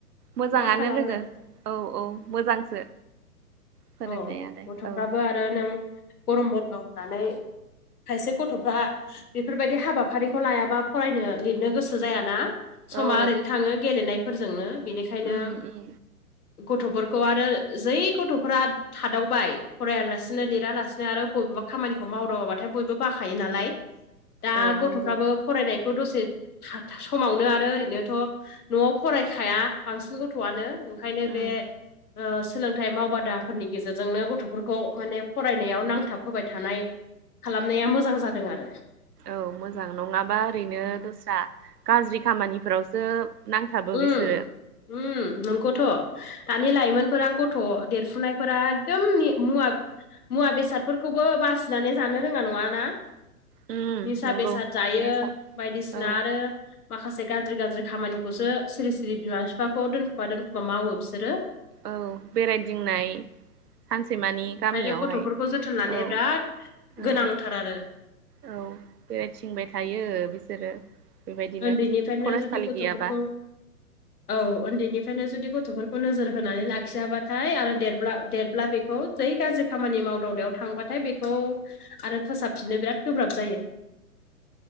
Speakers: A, on the right; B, on the left.
A: मोजाङानो
B: मा खालामनो
A: लोगो औ औ मोजांसो फोरोंनायालाय
B: औ गथ'फ्राबो
A: औ
B: आरो नों गरम बन्द' होननानै खायसे गथ'फ्रा बेफोरबायदि हाबाफारिखौ लायाबा फरायनो लिरनो गोसो जायाना। समा
A: औ
B: ओरैनो थाङो गेलेनायफोरजोंनो बिनिखायनो
A: उम उम
B: गथ'फोरखौ आरो जै गथ' फोरा थादावबाय फरायलासिनो लिरा लासिनो आरो बबेबा खामानिखौ मावदावाबाथाय बयब बबो बाखायो नालाय दा
A: औ
B: गथ'फ्राबो
A: नंगौ
B: फरायनायखौ दसे समावनो आरो ओरैनोथ' न'आव फरायखाया बांसिन गथ'आनो। ओंखायनो बे
A: उम
B: ओ सोलोंथाइ मावबादा फोरनि गेजेरजोंनो गथ'फोरखौ माने फरायनायाव नांथाब होबाय थानाय खालामनाया मोजां जादों आरो।
A: औ मोजां नङाबा ओरैनो दस्रा गाज्रि खामानिफोरावसो नांथाबो
B: उम
A: बिसोरो
B: उम नंगौथ' दानि लाइमोनफोरा गथ' देरफुनायफोरा एकदम मुवा मुवा बेसादफोरखौबो बासिनानै जानो रोङा नङा ना?
A: उम
B: निसा
A: नंगौ
B: बेसाद जायो
A: नेसा
B: बायदिसिना
A: औ
B: आरो माखासे गाज्रि गाज्रि खामानिखौसो सिरि सिरि बिमा बिफाखौ दोनखुबा दोनखुबा मावो बिसोरो।
A: औ बेरायदिंनाय सानसेमानि
B: ओंखायनो
A: गामियावहाय
B: गथ'फोरखौ जोथोन लानाया
A: औ
B: बिराद गोनांथार
A: औ
B: आरो
A: औ बेराय थिंबाय थायो बिसोरो। बेबायदिनो
B: उन्दैनिफ्रायनो
A: फरायसालि
B: जुदि गथ'फोरखौ
A: गैयाबा
B: औ उन्दैनिफ्रायनो जुदि गथ'फोरखौ नोजोर होनानै लाखियाबाथाय आरो दे देरब्ला बेखौ जै गाज्रि खामानि मावदावनायाव थांबाथाय बेखौ आरो फोसाबफिननो बिराद गोब्राब जायो।